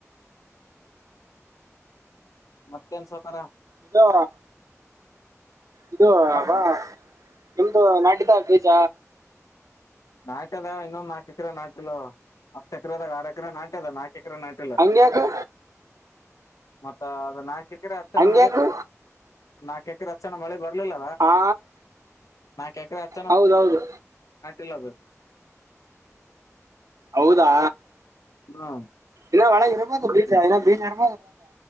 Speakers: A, on the left; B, on the right.
A: ಮತ್ತೆನ್ ಸೌಕಾರರ
B: ಇದು ಇದು ಅಬ ನಿಮ್ದು ನಾಟ್ಯಿದ ಬೀಜ
A: ನಾಟದ ಇನ್ನೊಂದುಾ ಚಿತ್ರ ನಾಟ್ಯಲ ಹತ್ತು ಎಕರೆದಾಗ ಆರು ಎಕರೆ ನಾಟ ಅದ ನಾಕ ಎಕರೆ ನಾಟಲ್ಲ
B: ಹಂಗ್ಯಾಕು
A: ಮತ್ತ ಅದ ನಾಕೆ ್ರ ಅಚ್ಚಣ
B: ಹಂಗ್ಯಾಕು
A: ಮಳೆ ನಾಕ್ಕ ರ ಅಕ್ಷಣ ಮಳೆ ಬರ ಲ್ಲ
B: ಆ
A: ನಕೆಕಡೆ ಅಚ್ಚ
B: ಹೌದೌದು
A: ಇಲ್ಲಭ
B: ಹೌದಾ
A: ಹ್ಮ
B: ಇಾಳಗೆ ಇರ ಬ ಬ